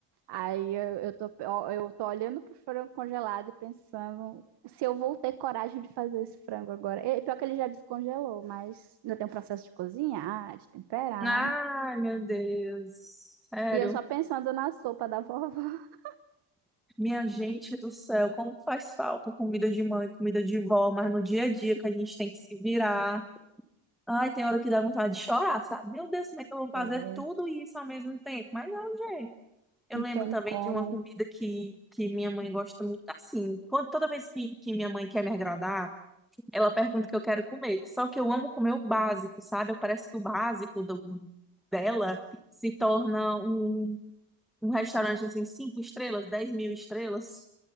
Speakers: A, on the right; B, in the centre.
A: Aí eu, eu tô, ó, eu tô olhando pro frango congelado e pensando se eu vou ter coragem de fazer esse frango agora. E, pior que ele já descongelou, mas ainda tem um processo de cozinhar, de temperar.
B: Ai, meu Deus. Sério,
A: E eu só pensando na sopa da vovó. <laughs>
B: minha gente do céu, como faz falta comida de mãe, comida de vó, mas
A: É,
B: no dia a dia que a gente tem que se virar. Ai, tem hora que dá vontade de chorar, sabe? Meu Deus, como é que eu vou fazer
A: é,
B: tudo isso ao mesmo tempo? Mas é um jeito. Eu
A: não
B: lembro
A: tem
B: também
A: como.
B: de uma comida que, que minha mãe gosta muito assim. Quando, toda vez que, que minha mãe quer me agradar, ela pergunta o que eu quero comer. Só que eu amo comer o básico, sabe? Parece que o básico do, dela se torna um, um restaurante assim, cinco estrelas, dez mil estrelas.